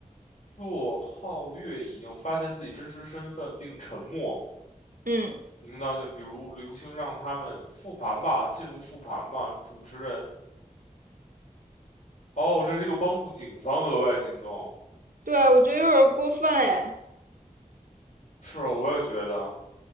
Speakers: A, on the left; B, on the right.
A: 若皓月已经发现自己真实身份并沉默，
B: 嗯，
A: 领当就比如刘星让他们复盘吧，进入复盘吧。主持人，哦，这是一个帮助警方的额外行动。
B: 对，我觉得有点过分哎，
A: 是啊我也觉得，